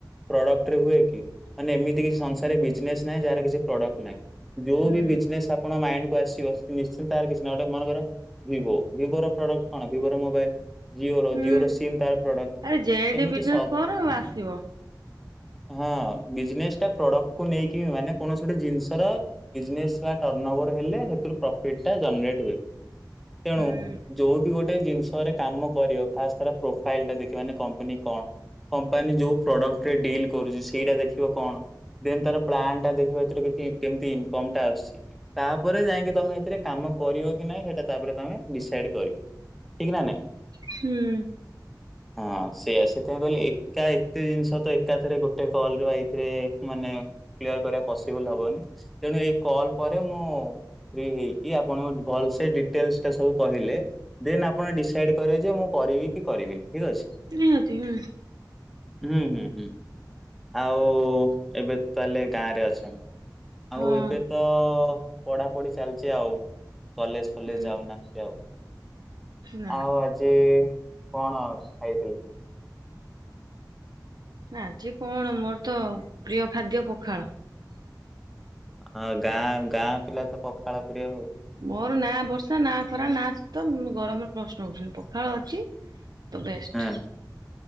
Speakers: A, in the centre; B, on the right (about 65°).
A: ପ୍ରଡକ୍ଟରେ ହୁଏ। କି ମାନେ ଏମିତି କିଛି ସଂସାରେ ବିଜ୍‌ନେସ୍‌ ନାଇଁ ଜାହାର କିଚି ଉତ୍ପାଦ ନାହିଁ।
B: ହୁଁ
A: କଣ ମାଇଣ୍ଡ କୁ ଆସିବ ନିଶ୍ଚିନ୍ତ କିଛି ନା ଗୋଟେ ମାନଙ୍କର ଭିବୋ ଭିବୋ ର ପ୍ରଡକ୍ଟ କଣ ଭିବୋ ର ମୋବାଇଲ୍ ଜିଓ ର
B: ହୁଁ
A: ଜିଓ ର ସିମ୍ ତାର ପ୍ରଡକ୍ଟ
B: ଆରେ ଯେଠି
A: ସେମିତି
B: ବିଜନେସ
A: ସବୁ
B: କର ଆସିବ
A: ହଁ ବିଜନେସ୍ ଟା ପ୍ରଡକ୍ଟ କୁ ନେଇକି ମାନେ କୌଣସି ଗୋଟେ ଜିନିଷର ବିଜନେସ୍ ବା ଟର୍ନଭର ହେଲେ ସେଥିରୁ ପ୍ରଫିଟ୍ ଟା ଜନଟ ହୁଏ। ତେଣୁ
B: ହୁଁ
A: ଯୋଉ ଗୋଟେ ଜିନିଷରେ କାମ କରିବା ଫାଷ୍ଟ ପ୍ରୋଫାଇଲ୍ ତ ଟା ଦେଖିବା କମ୍ପାନୀ କଣ? କମ୍ପାନୀ ଯୋଉ ପ୍ରଡକ୍ଟ ରେ ଡିଲ୍ କରୁଛି ସେଇଟା ଦେଖିବ କଣ ଦେନ୍ ତାର ପ୍ଲାନ୍ ଟା ଦେଖିବା ସେଥିରେ କିଛି କେମିତି ଇନକମ୍ ଟା ଆସୁଛି। ତାପରେ ଯାଇକି ତମେ ସେଥିରେ କାମ କରିବ କି ନାଇଁ ସେଟା ତାପରେ ତମେ ଡିସାଇଟ୍ କରିବ। ଠିକ୍ ନା ନାଇଁ।
B: ହୁଁ।
A: ହଁ ସେଇଆ ସେଥିପାଇଁ କହିଲେ ଏକା ଏତେ ଜିନିଷ ତ ଏକାଥରେ ଗୋଟେ କଲ୍ ୱାଇଥିରେ ମାନେ ଇଏ କରିବା ପିସିପୁଲ୍ ହବନି। ତେଣୁ ଏଇ କଲ ପରେ ମୁଁ ଫ୍ରି ହେଇକି ଆପଣ ଭଲ ସେ ଡିଟେଲସ୍ ଟା ସବୁ କହିଲେ। ଦେନ୍ ଆପଣ ଡିସାଇଡ୍‌ କରେ ଯେ ମୁଁ କରିବି କି କରିବିନି ଠିକ୍ ଅଛି।
B: ନିହାତି ହୁଁ।
A: ହୁଁ ହୁଁ ହୁଁ ଆଉ ଏବେ ତାହେଲେ ଗାଁ ରେ ଅଛନ୍ ଆଉ
B: ହଁ
A: ଏବେ ତ ପଢ଼ାପଢ଼ି ଚାଲିଛି ଆଉ। କଲେଜ୍‌ ଫଲେଜ୍‌
B: ହୁଁ
A: ଯାଉନାହାନ୍ତି ଆଉ।
B: ନା
A: ଆଉ ଆଜି କଣ ଆସ ଖାଇଥିଲେ?
B: ଆଜି କଣ ମୋର ତ ପ୍ରିୟ ଖାଦ୍ୟ ପଖାଳ
A: ହଁ ଗାଁ ଗାଁ ପିଲା ତ ପଖାଳ ପ୍ରିୟ ଆଉ
B: ମୋର ନା ବର୍ଷା ନା ଖରା ନା ଶୀତ ଉଁ ଗରମର ପ୍ରଶ୍ନ ଉଠୁନି ପଖାଳ ଅଛି। ତ ବେଷ୍ଟ।
A: ହଁ।